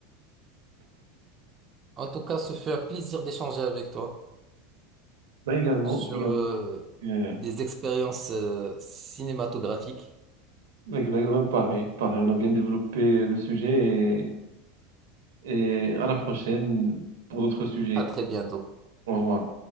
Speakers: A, on the right (about 30°); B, on the right (about 80°).
A: En tout cas, ce fut un plaisir d'échanger avec toi
B: Bah, également,
A: sur
B: également,
A: euh,
B: euh,
A: des expériences euh, cinématographiques.
B: exactement pareil, pareil. On a bien développé le sujet et, et à la prochaine pour d'autres sujets.
A: À très bientôt.
B: Au revoir.